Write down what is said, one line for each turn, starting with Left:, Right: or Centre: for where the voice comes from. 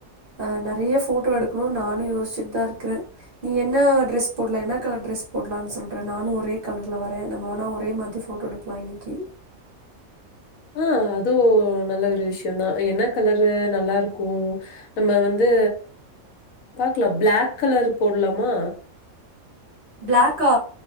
Right: ஆஹ் நெறைய போட்டோ எடுக்கணும்னு நானும் யோசிச்சுட்டுதான் இருக்கிறேன் நீ என்ன ட்ரெஸ் போடலாம் என்ன கலர் ட்ரெஸ் போடலான்னு சொல்றேன் நானும் ஒரே கலர்ல வரேன் நம்ம வேணா ஒரே மாதிரி போட்டோ எடுக்கலாம் இன்னைக்கு
Left: ஆஹ் அதுவும் நல்ல ஒரு விஷயம்தான் என்ன கலரு நல்லா இருக்கும் நம்ம வந்து பாக்கலாம் பிளாக் கலர் போடலாமா
Right: பிளக்கா